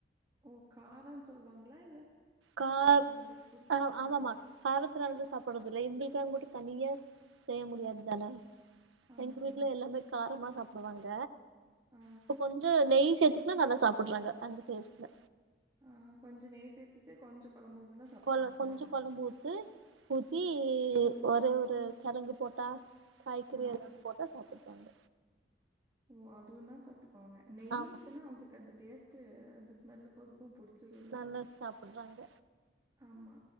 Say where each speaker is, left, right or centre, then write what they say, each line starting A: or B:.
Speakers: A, on the right (about 25°); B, on the right (about 80°).
A: ஓ காரோனு சொல்லுவாங்களா இல்ல சாப்பிட
B: கார்
A: மா அவங்களுக்கு பிடிக்கிறது
B: ஆ
A: இல்லையா
B: ஆமாமா காரத்துனாலதா சாப்பிட்றது இல்ல இவுங்களுக்காக மட்டு தனியா செய்ய முடியாது தானே
A: ஆமா,
B: எங்க வீட்ல
A: ஆமா.
B: எல்லாமே காரமா சாப்பிடுவாங்க
A: ஆ,
B: இப்ப கொஞ்சோ நெய் சேத்து இன்னு நல்லா சாப்புடுறாங்க அந்த டேஸ்ட்ல
A: ஆ கொஞ்சோ நெய் சேர்த்திச்சு கொஞ்சோ கொழம்பு ஊத்துனா சாப்டுப்பாங்களா
B: கொழ கொஞ்சோ கொழம்பு ஊத்து ஊத்தி ஒரே ஒரு கிழங்கு போட்டா காய்கறி
A: ஆ.
B: அது போட்டா சாப்ட்டுப்பாங்க
A: ஓ அதுவுதா சாப்ட்டுக்குவாங்க நெய்
B: ஆமா
A: ஊத்துனா அவங்களுக்கு அந்த டேஸ்ட்டு அந்த ஸ்மெல்லு க்கு அதுக்கு புடிச்சுடுல
B: நல்லா சாப்டுறாங்க
A: ஆமா